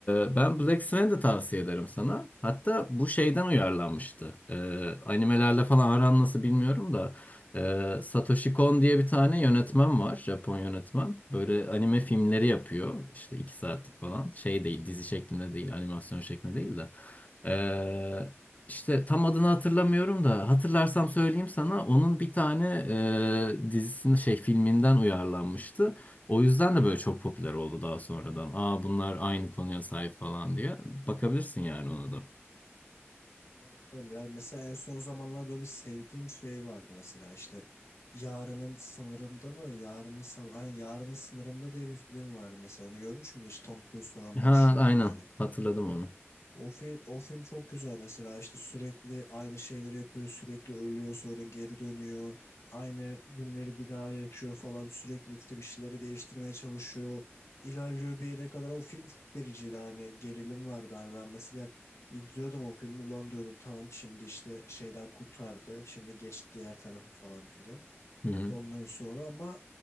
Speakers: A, on the left; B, on the left.
A: Ee, ben Black Swan'ı da tavsiye ederim sana. Hatta bu şeyden uyarlanmıştı.
B: hı,
A: Ee, animelerle falan aran nasıl bilmiyorum da. Ee, Satoshi
B: hı
A: Kon diye bir tane yönetmen var. Japon yönetmen. Böyle anime filmleri yapıyor. İşte iki saatlik falan. Şey değil, dizi şeklinde değil, animasyon şeklinde değil de. Ee, işte tam adını hatırlamıyorum da hatırlarsam söyleyeyim sana. Onun bir tane e, dizisinin şey filminden uyarlanmıştı. O yüzden de böyle çok popüler oldu daha sonradan. Aa bunlar aynı konuya sahip falan diye. Bakabilirsin yani ona da.
B: Ona bakarım ya. Mesela en son zamanlar böyle sevdiğim şey vardı mesela işte Yarının Sınırında mı? Yarının Sabah, Ay, Yarının Sınırında diye bir film vardı mesela. Onu görmüş müydün? İşte Tom Cruise falan
A: Ha
B: başrolde
A: aynen
B: böyle.
A: hatırladım onu.
B: O film, o film çok güzel mesela işte sürekli aynı şeyleri yapıyor sürekli ölüyor sonra geri dönüyor aynı günleri bir daha yaşıyor falan sürekli işte bir şeyleri değiştirmeye çalışıyor ilerliyor bir yere kadar o film çok gericiydi hani gerilim vardı hani ben mesela izliyordum o filmi ulan diyordum tamam şimdi işte şeyden kurtardı şimdi geç diğer tarafı falan filan
A: Hı hı.
B: ondan sonra ama